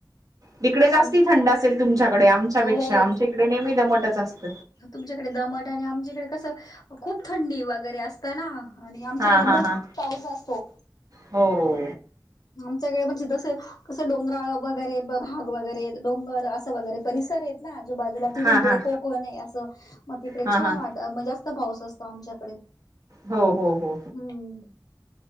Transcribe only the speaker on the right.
तिकडे जास्ती
थंड असं चे असेल तुमच्याकडे आमच्यापेक्षा
आमच्या इकडे नेहमी दमटच असत.
हा हा
हा
हो
हा
हा
हा
हा
हो हो हो.